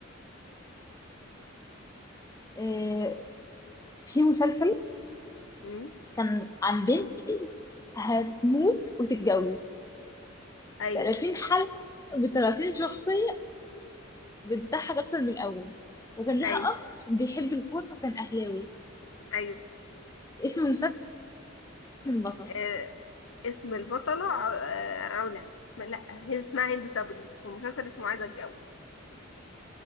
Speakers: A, on the left; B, on the left.
A: آه في مسلسل
B: مم.
A: كان عن بنت هتموت وتتجوز
B: ايوه
A: 30 حلقة ب 30 شخصية بتضحك أكتر من الأول وكان ليها
B: ايوه
A: أخ بيحب الكورة وكان أهلاوي
B: ايوه
A: اسم المسلسل البطل
B: آه اسم البطلة ع- آه علا اسم... لا هي اسمها هند صبري والمسلسل اسمه عايزة اتجوز